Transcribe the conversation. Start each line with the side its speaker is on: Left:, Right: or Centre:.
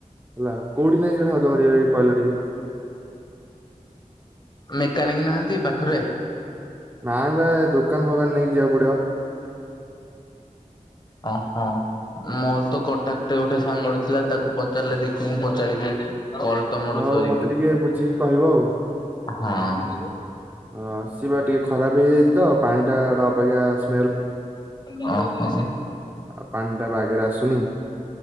Right: ହେଲା, କୋଉଠି ନେଇକି ସେଇଟା ସଜ କରିବା ଭାଇ କହିଲ ଟିକେ?
Left: ମେକାନିକ୍ ନାହାଁନ୍ତି ପାଖରେ?
Right: ନାଇଁ ବା, ଏଇ ଦୋକାନ ଫୋକାନ ନେଇକି ଯିବାକୁ ପଡିବ।
Left: ଆ ହା। ମୋର ତ କଣ୍ଟାକ୍ଟରେ ଗୋଟେ ସାଙ୍ଗଟେ ଥିଲା ଯେ ତାକୁ ପଚାରିଲେ ଦେଖି ମୁଁ ପଚାରିବି, କଲ୍ ତମର
Right: ହଉ
Left: ସରିକି,
Right: ମତେ ଟିକେ ବୁଝିକି କହିବ ଆଉ
Left: ହଁ।
Right: ହଁ ସିଏ ବା ଟିକେ ଖରାପ ହେଇଯାଇଛି ତ, ପାଣିଟା ଗୋଟେ ଅବାଗିଆ ସ୍ମେ
Left: ଓହୋ।
Right: ଆଉ ପାଣିଟା ବାଗେରେ ଆସୁନି,